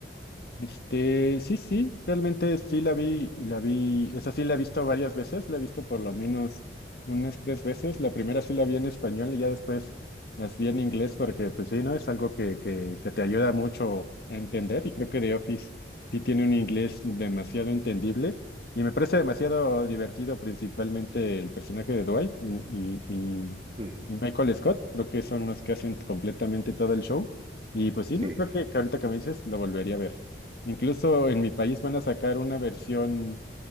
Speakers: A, on the left (about 60°); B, on the right (about 40°).
A: Este, sí, sí, realmente sí la vi, la vi, esa sí la he visto varias veces, la he visto por lo menos unas tres veces. La primera sí la vi en español y ya después las vi en inglés porque, pues sí, ¿no? Es algo que, que, que te ayuda mucho a entender y creo que The Office sí tiene un inglés demasiado entendible y me parece demasiado divertido principalmente el personaje de Dwight y, y,
B: Ujú,
A: y Michael Scott, creo que son los que hacen completamente todo el show. Y pues sí, no,
B: <laughs> Sí.
A: creo que, que ahorita que me dices lo volvería a ver. Incluso en mi país van a sacar una versión,